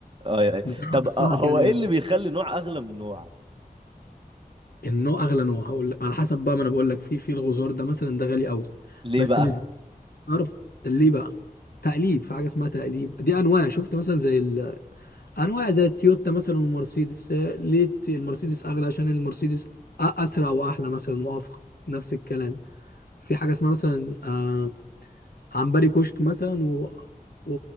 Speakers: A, on the right; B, on the left.
A: اه اي
B: بنصحك
A: طب آه هو
B: يعني
A: ايه
B: ان
A: اللي بيخلي نوع اغلى من نوع
B: النوع اغلى نوع هقول لك على حسب بقى ما انا بقول لك في في الغزار ده مثلا ده غالي قوي
A: ليه
B: بس
A: بقى
B: مش عارف ليه بقى تقليب في حاجه اسمها تقليب دي انواع شفت مثلا زي ال- انواع زي التويوتا مثلا والمرسيدس آه، ليه الت- المرسيدس اغلى عشان المرسيدس أ- اسرع واحلى مثلا وافخم نفس الكلام في حاجه اسمها مثلا آه عنبري كشك مثلا و... و...